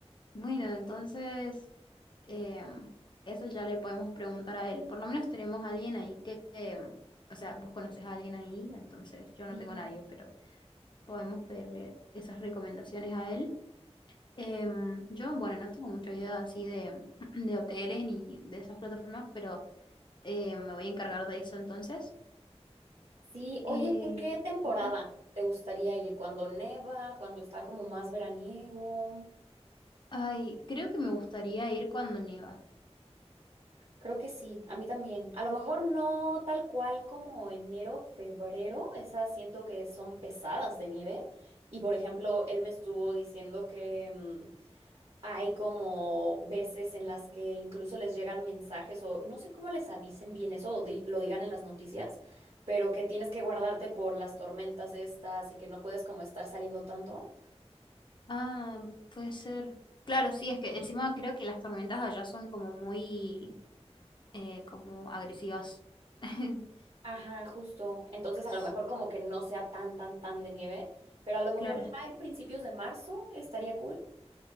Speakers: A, on the left; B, on the right.
A: Bueno, entonces, em, eso ya le podemos preguntar a él. Por lo menos tenemos a alguien ahí que, em, o sea, vos conoces a alguien ahí, entonces yo no
B: Sí.
A: tengo a nadie, pero podemos pedirle esas recomendaciones a él. Em, yo, bueno, no tengo mucha idea así de, <clears throat> de hoteles ni de esas plataformas, pero eh, me voy a encargar de eso entonces.
B: Sí, oye,
A: Eh,
B: ¿en qué temporada
A: ujú.
B: te gustaría ir? ¿Cuando neva? ¿Cuando está como más veraniego?
A: Ay, creo que me gustaría ir cuando nieva.
B: Creo que sí, a mí también. A lo mejor no tal cual como enero, febrero, esas siento que son pesadas de nieve. Y por ejemplo, él me estuvo diciendo que mm, hay como veces en las que incluso les llegan mensajes o no sé cómo les avisen bien eso o di- lo digan en las noticias, pero que tienes que guardarte por las tormentas estas y que no puedes como estar saliendo tanto.
A: Ah, puede ser. Claro, sí, es que encima creo que las tormentas allá son como muy eh, como agresivas. <laughs>
B: Ajá, justo. Entonces,
A: Así
B: a lo mejor como
A: que,
B: que no sea tan, tan, tan de nieve, pero a lo mejor
A: claro.
B: ya en principios de marzo estaría cool.